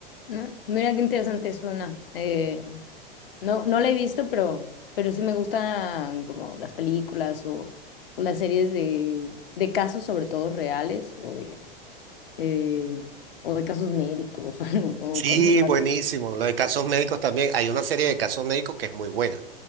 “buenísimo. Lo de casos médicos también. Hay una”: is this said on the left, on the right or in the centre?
Right